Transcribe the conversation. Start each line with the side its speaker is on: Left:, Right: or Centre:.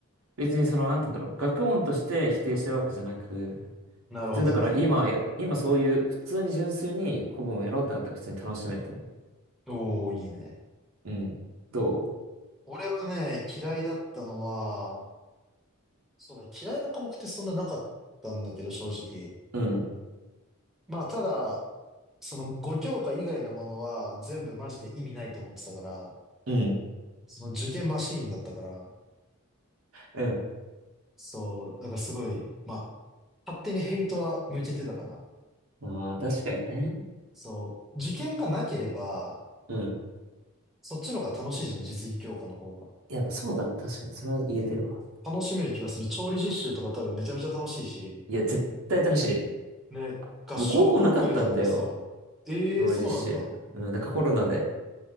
Right: 別にその、なんて言うんだろう、学問として否定してるわけじゃなく、
Centre: なるほどね。
Right: 普通にだから今はや、今そういう普通に純粋に古文をやろうってなったら普通に楽しめると思
Centre: おおいいね。
Right: う。うん。ど
Centre: 俺はね、嫌いだったのは、そうだ、嫌いな科目ってそんななかったんだけど、正直。
Right: ううん。
Centre: まあ、ただ、その5教科以外のものは全部マジで意味ないと思ってたから、
Right: うん。
Centre: その受験マシーンだったから、
Right: うん。
Centre: そう、だからすごい、まあ、勝手にヘイトは向けてたかな。
Right: ああ、確かにね。
Centre: そう、受験がなければ、
Right: うん。
Centre: そっちの方が楽しいじゃん、実技教科の方が。
Right: いや、まあそうだね。確かに。それは言えてるわ。
Centre: うん、楽しめる気がする。調理実習とか多分めちゃめちゃ楽しいし、
Right: いや、絶対楽しい。
Centre: ね、合唱コンクールとかもさ、
Right: もう高校なかったんだよ。
Centre: ええそうなんだ。
Right: 料理実習。うん、なんかコロナで、